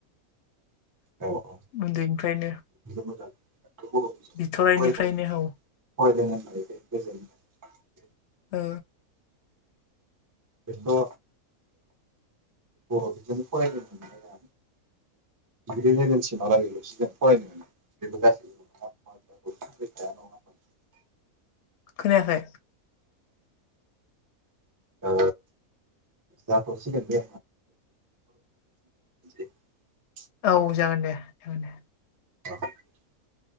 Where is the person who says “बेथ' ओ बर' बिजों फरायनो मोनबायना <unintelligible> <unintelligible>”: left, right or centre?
Right